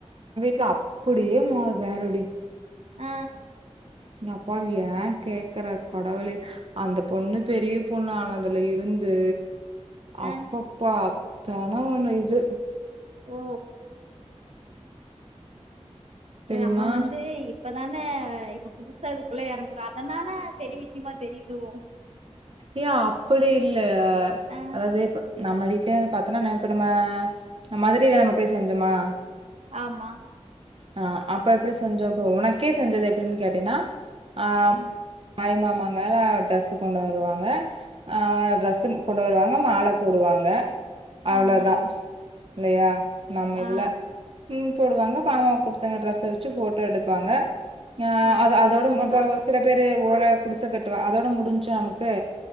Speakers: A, on the right; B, on the right.
A: து அப்புடியே மோ வேறடி
B: அ
A: இங் அப்பாவிய கேக்குற கடவுளே அந்த பொண்ணு பெரிய பொண்ணு ஆனதுல இருந்து அப்பப்பா
B: ஆ
A: தானா ஒன்னு இது
B: ஓ
A: தெரியுமா
B: ஏ அம்ம வந்து இப்பதான இப்ப புதுசா இதுக்குள்ள எறங்குறோ அதனால பெரிய விஷிமா தெரிய்தோ
A: ஏ ஆப் புடிஇல் ல
B: ஆ
A: அதாது இப்ப நம்ம வீட்லேந்து பாத்தனா ந இப்ப நம்ம மதுரைல நம்ம பேய் செஞ்சமா
B: ஆமா
A: அ அப்ப இப்புடி செஞ்சோ இப்ப உனக்கே செஞ்சது எப்புடின் கேட்டைனா அ
B: ம்
A: ஆய் மம் மங்கால ட்ரஸ்சு கொண்டு வருவா ஆ ட்ரஸ்ஸும் கொண்டு வருவாங்க மால போடுவாங்க அவ்ளோதா
B: ஆமா
A: இல்லயா நம் இதுல
B: ஆ
A: ம் போடுவாங்க பாவா குட்த்தங்க ட்ரஸ்ஸ வச்சு போட்டோ எடுப்பாங்க யா
B: ஆ
A: அத அதோடும் உக்கார வெச் சில பேரு ஓல குடிச கட்டுவ அதோட முடிஞ்சா அமுக்கு